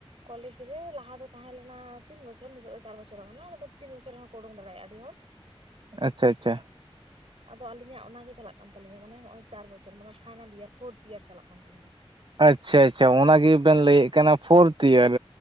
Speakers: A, on the right; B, on the right.
A: ᱠᱚᱞᱮᱡᱽ ᱨᱮ ᱞᱟᱦᱟ ᱫᱚ ᱛᱟᱦᱮᱸ ᱞᱮᱱᱟ ᱛᱤᱱ ᱵᱚᱪᱷᱚᱨ ᱱᱤᱛᱚᱜ ᱫᱚ ᱪᱟᱨ ᱵᱚᱪᱷᱚᱨ ᱠᱟᱱᱟ ᱟᱫᱚ ᱛᱤᱱ ᱵᱚᱪᱷᱚᱨ ᱨᱮᱦᱚᱸᱠᱚ ᱳᱰᱳᱝ ᱫᱟᱲᱮᱭᱟᱜ-ᱟ ᱟᱹᱰᱤ ᱦᱚᱲ
B: ᱟᱪᱪᱷᱟ ᱟᱪᱪᱷᱟ
A: ᱟᱫᱚ ᱟᱹᱞᱤᱧᱟᱜ ᱚᱱᱟ ᱜᱮ ᱪᱟᱞᱟᱜ ᱠᱟᱱᱟ ᱛᱟᱹᱞᱤᱧᱟ ᱢᱟᱱᱮ ᱦᱚᱸᱜ-ᱚᱭ ᱪᱟᱨ ᱵᱚᱪᱷᱚᱨ ᱢᱟᱱᱮ ᱯᱷᱟᱭᱱᱟᱞ ᱤᱭᱟᱨ ᱯᱷᱳᱨᱛᱷ ᱤᱭᱟᱨ ᱪᱟᱞᱟᱜ ᱠᱟᱱ ᱛᱟᱞᱤᱧᱟ᱾
B: ᱟᱪᱪᱷᱟ ᱟᱪᱪᱷᱟ ᱚᱱᱟ ᱜᱮᱵᱮᱱ ᱞᱟᱹᱭᱮᱫ ᱠᱟᱱᱟ ᱯᱷᱳᱨᱛᱷ ᱤᱭᱟᱨ